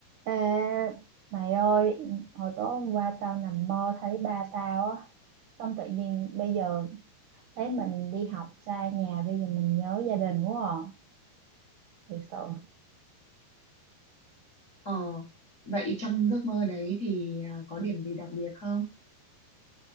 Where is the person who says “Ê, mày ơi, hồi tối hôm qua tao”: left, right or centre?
Right